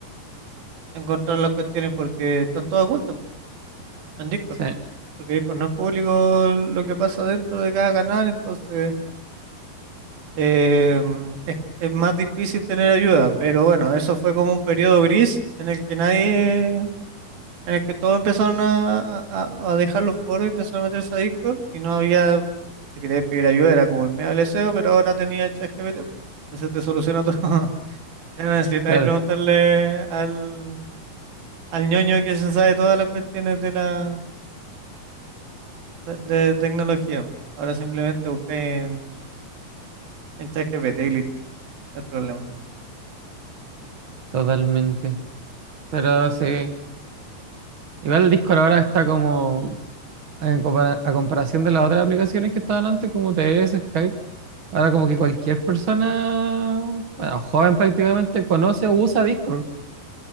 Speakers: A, on the right; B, on the right.
A: encontrar las cuestiones porque están todas ocultas en Discord.
B: Sí,
A: Porque Discord no es público lo que pasa dentro de cada canal, entonces eh, mm, es, es más difícil tener ayuda, pero bueno, eso fue como un periodo gris en el que nadie, en el que todos empezaron a, a- a dejar los foros y empezaron a meterse a Discord y no había, si querías pedir ayuda era como el medio del deseo, pero ahora tenía ChatGPT. Entonces te soluciona todo. <laughs> Ya no necesitas
B: claro,
A: preguntarle al, al ñoño que se sabe todas las cuestiones de la de, de tecnología. po. Ahora simplemente buscáis en, en ChatGPT y listo, no hay problema.
B: totalmente. Pero sí, igual el Discord ahora está como, en compara- a comparación de las otras aplicaciones que estaban antes, como TS, Skype. Ahora como que cualquier persona, bueno, joven prácticamente, conoce o usa Discord,